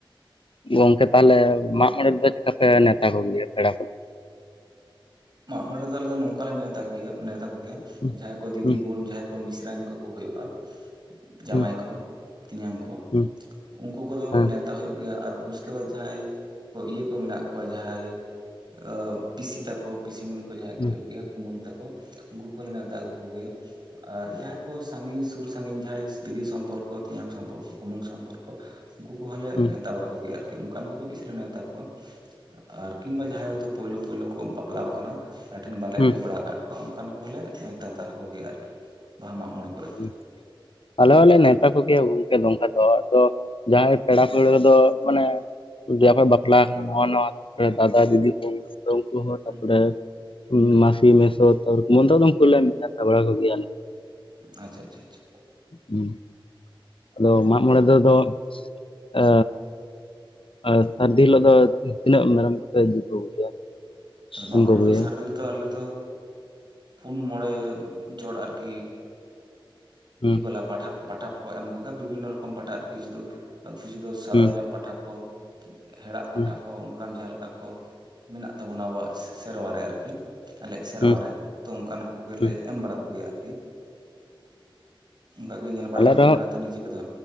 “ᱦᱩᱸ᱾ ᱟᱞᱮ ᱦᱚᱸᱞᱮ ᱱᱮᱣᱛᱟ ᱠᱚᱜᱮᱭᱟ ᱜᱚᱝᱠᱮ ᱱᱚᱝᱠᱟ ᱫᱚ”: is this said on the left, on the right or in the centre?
Left